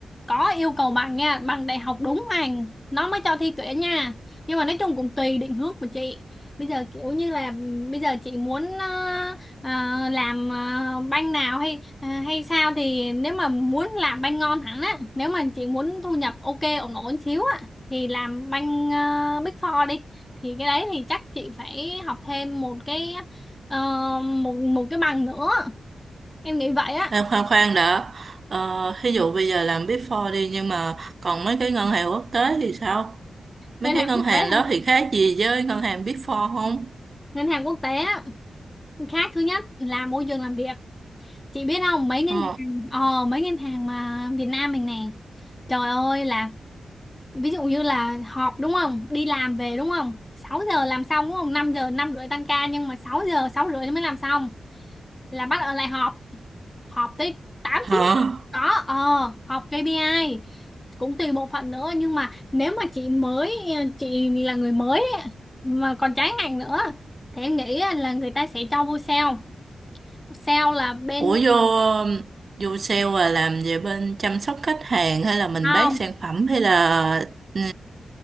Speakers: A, on the left; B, on the right.
A: có yêu cầu bằng nha bằng đại học đúng bằng nó mới cho thi tuyển nha nhưng mà nói chung cũng tùy định hướng của chị bây giờ kiểu như là bây giờ chị muốn ờ, ờ, làm ờ, banh nào hay ờ, hay sao thì nếu mà muốn làm banh ngon hẳn á nếu mà chị muốn thu nhập ok ổn ổn xíu á thì làm banh ờ, Big Four đi thì cái đấy thì chắc chị phải học thêm một cái ờ, một một cái bằng nữa em nghĩ vậy á
B: Em khoan khoan đã ờ, thí dụ bây giờ làm Big Four đi nhưng mà còn mấy cái ngân hàng quốc tế thì sao mấy
A: ngân
B: cái
A: hàng
B: ngân
A: quốc
B: hàng
A: tế hả
B: đó thì khác gì với ngân hàng Big Four không
A: ngân hàng quốc tế á, khác thứ nhất là môi trường làm việc chị biết không mấy ngân
B: ờ.
A: hàng ờ mấy ngân hàng mà Việt Nam mình nè trời ơi là ví dụ như là họp đúng không đi làm về đúng không 6 giờ làm xong đúng không 5 giờ 5 rưỡi tan ca nhưng mà 6 giờ 6 rưỡi mới làm xong là bắt ở lại họp họp tới 8
B: hả
A: 9 giờ có ờ họp KPI cũng tùy bộ phận nữa nhưng mà nếu mà chị mới chị là người mới ấy, mà còn trái ngành nữa thì em nghĩ là người ta sẽ cho vô sale sale là bên
B: ủa vô vô sale là làm về bên chăm sóc khách hàng hay là mình
A: không
B: bán sản phẩm hay là ừ,